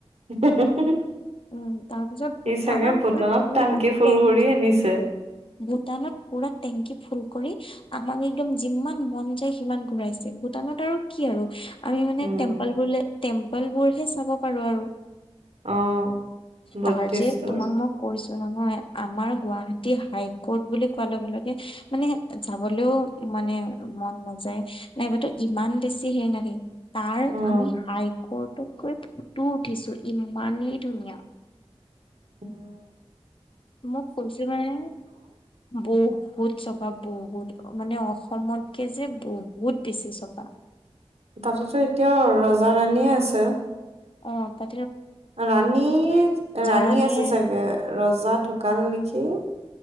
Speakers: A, on the right; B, on the left.
A: <unintelligible>
B: উম, তাৰপিছত
A: সি
B: ভূটানত
A: চাগে ভুটানত
B: গৈ পুৰা
A: টাংকি ফুল
B: টেংকি
A: কৰি আনিছে।
B: ভূটানত পুৰা টেংকি ফুল কৰি আমাক একদম যিমান মন যায় সিমান ঘূৰাইছে ভূটানত আৰু কি আৰু আমি মানে
A: উম,
B: টেম্পল বোলে টেম্পল বোৰহে চাব পাৰো আৰু
A: অ', বুদ্ধিষ্টৰ
B: তাৰ যে তোমাক মই কৈছো। নহয় আমাৰ গুৱাহাটী হাইক ক'ত বুলি কোৱাৰ লগে লগে মানে যাবলৈও মানে মন নাযায় নাইবাতো ইমান বেছি হেৰি নাহি তাৰ
A: উম।
B: আমি হাই কৰ্ট ফটককৈ ফটো উঠিছো ইমানেই ধুনীয়া।
A: উম।
B: মোক কৈছো মানে বৌ। বহুত চফা বহুত মানে অসমতকে যে বহুত বেছি চফা।
A: তাতেতো এতিয়াও ৰজা ৰাণীয়ে আছে।
B: অ' তা
A: ৰাণী, ৰাণী
B: ৰাণীৰ
A: আছে চাগে ৰজা ঢুকাল নেকি <unintelligible>